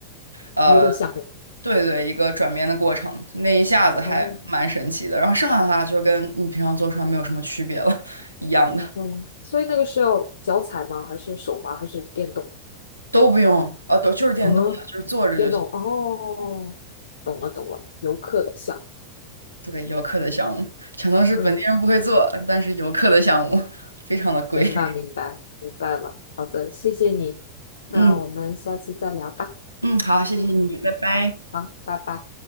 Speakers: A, on the right; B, on the left.
A: 呃，
B: 娱乐项目。
A: 对对，一个转变的过程，就那一下子还蛮神奇的。
B: 哦，
A: 然后剩下的话就跟你平常坐船没有什么区别了，一样的，
B: 嗯，所以那个是要脚踩吗？还是手滑？还是电动？
A: 都不用，呃，都就是电动的，
B: 嗯，
A: 就是坐着就行。
B: 电动。哦，懂了懂了，游客的项目。
A: 对，游客的项目全都是本地人不会做，
B: 嗯，
A: 但是游客的项目非常的贵。
B: 明白明白明白了。
A: <laughs>
B: 好的，谢谢你。那我们下次再聊吧。
A: 嗯嗯，好，谢谢你，拜拜。
B: 好，拜拜。